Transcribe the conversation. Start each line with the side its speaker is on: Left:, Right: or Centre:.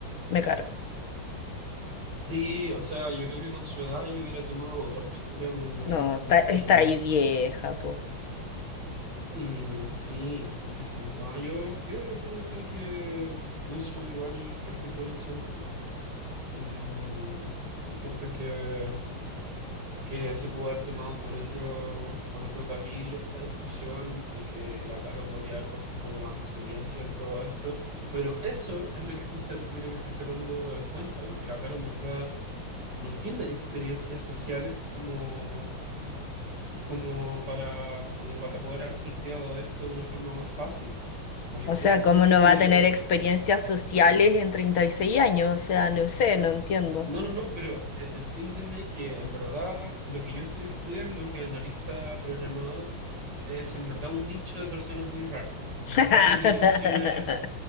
Left: me cargo.
Right: Sí, o sea, yo creo que con su edad yo hubiera tomado otra postura muy, muy
Left: No,
Right: distinta
Left: está, está
Right: y,
Left: ahí vieja, po.
Right: y eh, sí, sí, sí, sí. No, yo, yo en el fondo creo que pienso igual, igual que tú en ese sentido. Mm, siento que, que se pudo haber tomado por otro, por otro carril esta discusión y que la Caro podría haber puesto un poco más de experiencia en todo esto, pero eso es lo que justamente creo que estoy sacando en cuenta, en que la Caro en verdad... no tiene experiencias sociales como, como para, como para poder haber sorteado esto de una forma más fácil. Como yo
Left: O
Right: cre-
Left: sea,
Right: encuentro
Left: ¿cómo no
Right: que,
Left: va a tener experiencias sociales en 36 años? O sea, no sé, no entiendo.
Right: no, no, no, pero eh, entiéndeme que en verdad lo que yo estoy estudiando, que analista programador, es en verdad un nicho de personas muy raras,
Left: <laughs>
Right: en verdad con limitaciones